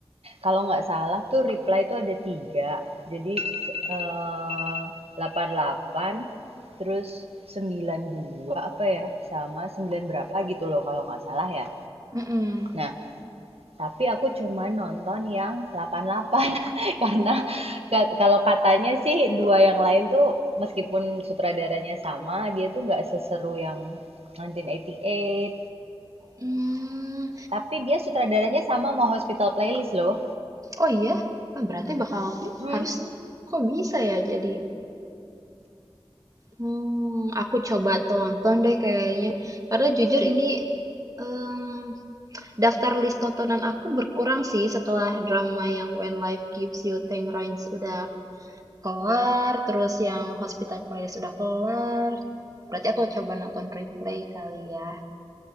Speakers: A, on the right (about 80°); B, on the right (about 35°).
A: Kalau nggak salah tuh reply tuh ada tiga. Jadi eh, 88, terus 92 apa ya, sama 9 berapa gitu loh kalau nggak salah ya.
B: Mm-mm.
A: Nah, tapi aku cuma nonton yang 88 <laughs> karena kalau katanya sih dua yang lain tuh meskipun sutradaranya sama, dia tuh nggak seseru yang 1988,
B: Hmm,
A: tapi dia sutradaranya sama sama Hospital Playlist loh.
B: oh iya, Wah, berarti bakal
A: Mm-mm.
B: harusnya kok bisa ya jadi Hmm, aku coba tonton deh kayaknya. Karena jujur ini em, daftar list tontonan aku berkurang sih setelah drama yang When Life Gives You Tangerines udah kelar, terus yang Hospital Playlist udah kelar. Berarti aku coba nonton replay kali ya.